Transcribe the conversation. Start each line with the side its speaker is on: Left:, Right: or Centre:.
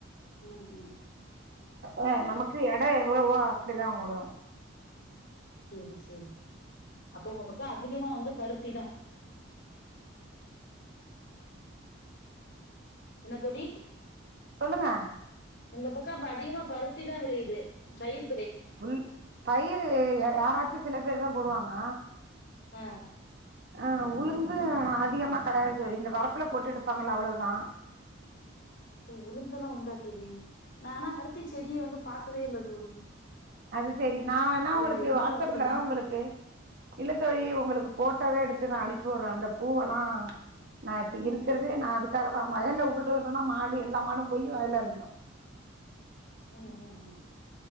Left: ம் ம்
Right: ஆ நமக்கு எட எவ்ளவோ அப்புடிதா போடுவாங்
Left: சேரி சேரி அப்ப உங்க பக்கோ அதிகமா வந்து பருத்திதா என்ன தோடி
Right: சொலுங்க
Left: இந்த பக்க அப்ப அதிகமா பருத்தி தா வெளையுது சைடு
Right: புஃல் பயிர் யாராச்சியு சில பேர் தா போடுவாங்க
Left: அ
Right: அஉளுந்து அதிகமா கிடயாது இந்த வரபுல போட்டு எடுபாங்கள அவளவுதா
Left: ஓ உளுந்தலா உண்டா தோழி நானா பருப் த்தி செடியே வந்து பாத்ததே யில்ல தோழி
Right: அது செரி நா வேணா உங்களுகு
Left: அது எள்ளு
Right: வாட்ஸ்அப்ல
Left: பாத்திருக்கே
Right: உங்களுக்கு இல்லத்தோழி உங்களுக்கு போட்டாவே எடுது டுத்து நா அனுப்பி விடுறே அந்த பூவல்லா நா யிப்ப
Left: ம்
Right: இருக்கறதே நா அதுக் ட்க வயல வுட்டுட்டனா மாடு எல்லா மாடு போயி வயல எறங்கிடு
Left: ம் ம் ம்